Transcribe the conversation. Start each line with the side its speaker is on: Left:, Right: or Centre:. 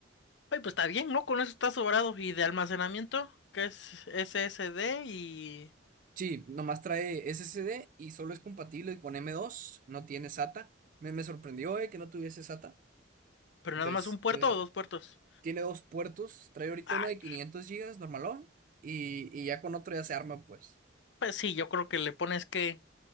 Left: Ay, pues está bien, ¿no? Con eso está sobrado. ¿Y de almacenamiento? ¿Qué es SSD y...
Right: Sí, nomás trae SSD y solo es compatible con m dos no tiene SATA. Me, me sorprendió eh, que no tuviese SATA.
Left: pero
Right: De
Left: nada más
Right: este,
Left: un puerto o dos puertos?
Right: Tiene dos puertos, trae ahorita
Left: Ay,
Right: uno de 500 gigas normalón y, y ya con otro ya se arma pues.
Left: Pues sí, yo creo que le pones que